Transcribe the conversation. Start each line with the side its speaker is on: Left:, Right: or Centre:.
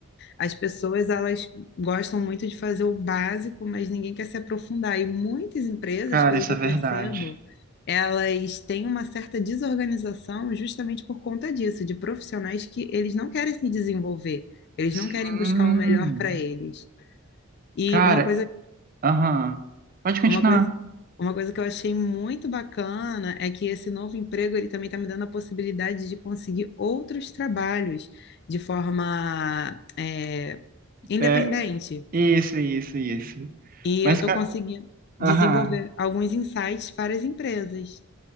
Left: As pessoas elas gostam muito de fazer o básico, mas ninguém quer se aprofundar. E muitas empresas,
Right: Cara,
Left: pelo
Right: isso
Left: que eu
Right: é verdade.
Left: percebo, elas têm uma certa desorganização justamente por conta disso, de profissionais que eles não querem se desenvolver, eles não
Right: Sim.
Left: querem buscar o melhor para eles. E
Right: Cara,
Left: uma coisa,
Right: aham. Pode continuar.
Left: uma coisa, uma coisa que eu achei muito bacana é que esse novo emprego ele também está me dando a possibilidade de conseguir outros trabalhos de forma é, independente.
Right: É, isso, isso, isso.
Left: E
Right: Mas,
Left: eu estou
Right: cara,
Left: conseguindo
Right: aham.
Left: desenvolver alguns insights para as empresas.